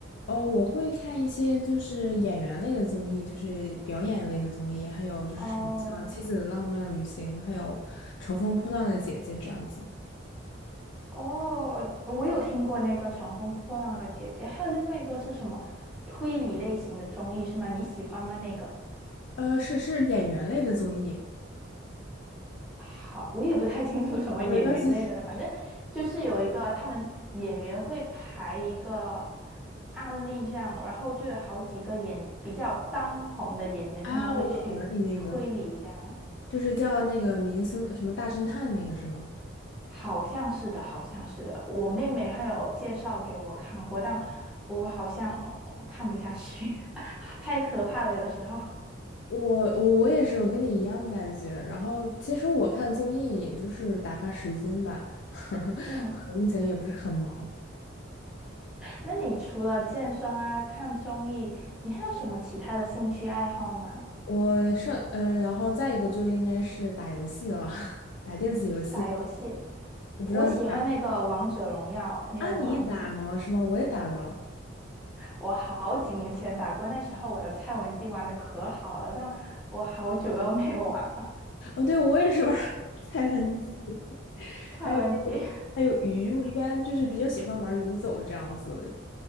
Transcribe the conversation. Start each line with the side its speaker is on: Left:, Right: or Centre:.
Left: 哦，我会看一些就是演员类的综艺，就是表演类的综艺，还有就是什么像《妻子的浪漫旅行》，
Centre: 哦。
Left: 还有《乘风破浪的姐姐》这样子。
Centre: 哦，我有听过那个《乘风破浪的姐姐》，还有另外一个是什么推理类型的综艺是吗？你喜欢吗？那个
Left: 呃，是是演员类的综艺。
Centre: 好，我也不太清楚什么演员类的，
Left: 哦，没关系
Centre: 反正就是有一个他们演员会排一个案例这样，然后就有好几个演比较当红的演员，
Left: 啊，
Centre: 他们会去推理这样。
Left: 我懂了，你那个就是叫那个明星什么大侦探那个是吗？
Centre: 好像是的，好像是的。我妹妹她有介绍给我看过，但我好像看不下去，<laughs> 太可怕了，有时候。
Left: 我我我也是，我跟你一样的感觉。然后其实我看综艺也就是打发时间吧，<laughs>
Centre: 嗯，
Left: 可能目前也不是很忙。
Centre: 那你除了健身啊、看综艺，你还有什么其他的兴趣爱好吗？
Left: 我上嗯、呃然后再一个就应该是打游戏了，<laughs> 打电子游戏。
Centre: 打游戏，
Left: 我不知道你打
Centre: 我喜欢那个王者荣耀，你有玩吗？
Left: 啊，你也打吗？是吗？我也打的。
Centre: 我好几年前打过，那时候我的蔡文姬玩的可好了，但我好久都没有玩了。
Left: 哦，对，我也是玩儿 <laughs> 蔡文姬，
Centre: 蔡文姬，
Left: 还有那个还有鱼。我一般就是比较喜欢玩游走这样子，